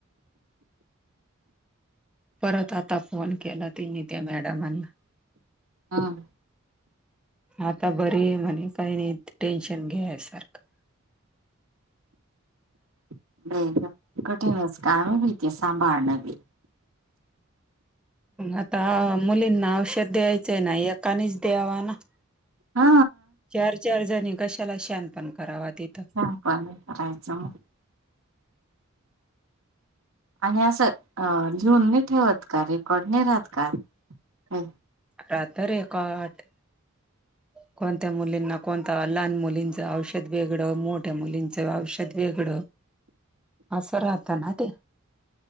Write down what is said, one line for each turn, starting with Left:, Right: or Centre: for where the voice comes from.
Centre: परत आता फोन केला तिनी त्या मॅडमांना.
Right: हां.
Centre: आता बरी आहे म्हणे काही नाही टेन्शन घ्या सारखं.
Right: <unintelligible> कठीनच काम आहे बी तेे सांभाळण बी.
Centre: आता मुलींना औषध द्यायचंय ना एकानेच द्यावा ना.
Right: हा
Centre: चार, चार जणी कशाला शान पण कराव तिथं.
Right: शहान पण करायचं मग. आणि असं लिहून नाही ठेवत का, रेकॉर्ड नाही राहत का काय.
Centre: राहत रेकॉर्ड. कोणत्या मुलींना कोणत, लहान मुलींचं औषध वेगळं मोठ्या मुलींचं औषध वेगळं असं राहत ना ते.